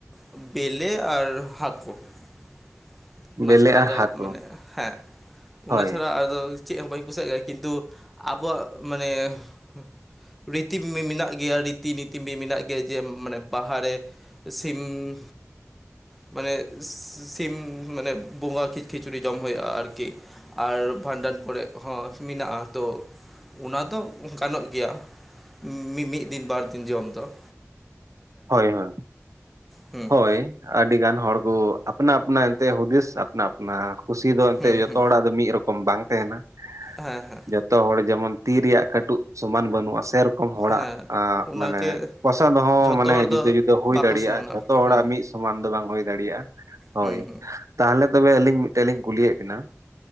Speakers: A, in the centre; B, on the right (about 80°).
A: ᱵᱮᱞᱮ ᱟᱨ ᱦᱟᱹᱠᱳ ᱾ ᱚᱱᱟ
B: ᱵᱮᱞᱮ
A: ᱪᱷᱟᱲᱟ
B: ᱟᱨ
A: ᱫᱚ
B: ᱦᱟᱹᱠᱩ
A: ᱢᱟᱱᱮ ᱦᱮᱸ ᱚᱱᱟ
B: ᱦᱳᱭ
A: ᱪᱷᱟᱲᱟ ᱼᱼ ᱟᱫᱚ ᱪᱮᱫ ᱦᱚᱸ ᱵᱟᱹᱧ ᱠᱩᱥᱤᱭᱟᱜ ᱜᱮᱭᱟ ᱾ ᱠᱤᱱᱛᱩ ᱟᱵᱚᱣᱟᱜ ᱢᱟᱱᱮ ᱼᱼ ᱨᱤᱛᱤ ᱢᱮᱼᱢᱮᱱᱟᱜ ᱜᱮᱭᱟ ᱨᱤᱛᱤ ᱱᱤᱛᱤ ᱢᱮᱼᱢᱮᱱᱟᱜ ᱜᱮᱭᱟ, ᱡᱮ ᱢᱟᱱᱮ ᱵᱟᱦᱟ ᱨᱮ ᱼᱼ ᱥᱤᱢᱻ ᱢᱟᱱᱮᱼᱼ ᱥᱤᱢ ᱢᱟᱱᱮ ᱵᱚᱸᱜᱟ ᱠᱷᱤᱼᱠᱷᱤᱪᱩᱲᱤ ᱡᱚᱢ ᱦᱩᱭᱩᱜᱼᱟ ᱟᱨᱠᱤ ᱾ ᱟᱨ ᱵᱷᱟᱸᱰᱟᱱ ᱠᱚᱨᱮ ᱦᱚᱸ ᱢᱮᱱᱟᱜᱼᱟ ᱛᱚ ᱚᱱᱟ ᱫᱚ ᱜᱟᱱᱚᱜ ᱜᱮᱭᱟ ᱾ ᱢᱤᱼᱢᱤᱫ ᱫᱤᱱ ᱵᱟᱨ ᱫᱤᱱ ᱡᱚᱢ ᱫᱚ ᱾
B: ᱦᱳᱭ ᱦᱳᱭ,
A: ᱦᱮᱸ
B: ᱦᱳᱭ ᱟᱹᱰᱤ ᱜᱟᱱ ᱦᱚᱲ ᱠᱚ ᱟᱯᱱᱟ ᱟᱯᱱᱟ ᱮᱱᱛᱮ ᱦᱩᱫᱤᱥ ᱼᱼ ᱟᱯᱱᱟ ᱟᱯᱱᱟ ᱠᱩᱥᱤ ᱫᱚ ᱮᱱᱛᱮᱫ
A: ᱦᱮᱸ
B: ᱡᱷᱚᱛᱚ
A: ᱦᱮᱸ
B: ᱦᱚᱲᱟᱜ ᱫᱚ ᱢᱤᱫ ᱨᱚᱠᱚᱢ ᱵᱟᱝ ᱛᱟᱸᱦᱮᱱᱟ ᱾
A: ᱦᱮᱸ ᱦᱮᱸ
B: ᱡᱚᱼᱼ ᱼᱛᱚ ᱦᱚᱲ ᱡᱮᱢᱚᱱ ᱛᱤ ᱨᱮᱭᱟᱜ ᱠᱟᱹᱴᱩᱵ ᱥᱚᱢᱟᱱ ᱵᱟᱹᱱᱩᱜᱼᱟ ᱾ ᱥᱮᱨᱚᱠᱚᱢ ᱼᱼ ᱦᱚᱲᱟᱜ
A: ᱦᱮᱸ
B: ᱟᱸ
A: ᱚᱱᱟᱜᱮ
B: ᱢᱟᱱᱮ ᱯᱚᱥᱚᱱᱫ ᱦᱚᱸ
A: ᱡᱷᱚᱛᱚ
B: ᱼᱼ ᱢᱟᱱᱮ
A: ᱦᱚᱲ
B: ᱡᱩᱫᱟᱹ
A: ᱫᱚ
B: ᱡᱩᱫᱟᱹ ᱦᱩᱭ
A: ᱵᱟᱠᱚ
B: ᱫᱟᱲᱮᱭᱟᱜᱼᱟ
A: ᱥᱚᱢᱟᱱᱟ
B: ᱾ ᱡᱷᱚᱛᱚ
A: ᱟᱨᱠᱤ
B: ᱦᱚᱲᱟᱜ
A: ᱦᱮᱸ
B: ᱢᱤᱫ ᱥᱚᱢᱟᱱ ᱫᱚ ᱵᱟᱝ ᱦᱩᱭ ᱫᱟᱲᱮᱭᱟᱜᱼᱟ ᱾ ᱦᱳᱭ,
A: ᱦᱮᱸ ᱦᱮᱸ
B: ᱛᱟᱦᱞᱮ ᱛᱚᱵᱮ ᱟᱹᱞᱤᱧ ᱢᱤᱫᱴᱮᱡ ᱞᱤᱧ ᱠᱩᱞᱤᱭᱮᱫ ᱵᱮᱱᱟ ᱾